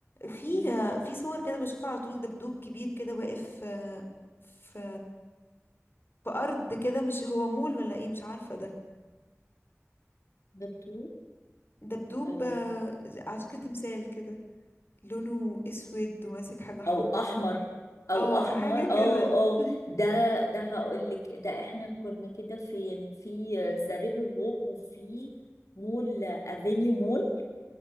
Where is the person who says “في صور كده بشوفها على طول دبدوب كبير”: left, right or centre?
Left